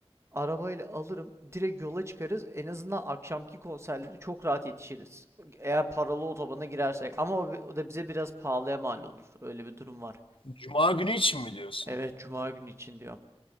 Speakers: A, on the right; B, on the left.
A: Arabayla alırım. Direkt yola çıkarız. En azından akşamki konserleri çok rahat yetişiriz. Eğer paralı otobana girersek. Ama o, o da bize biraz pahalıya mal olur. Öyle bir durum var.
B: Cuma günü için mi diyorsun?
A: Evet, Cuma günü için diyorum.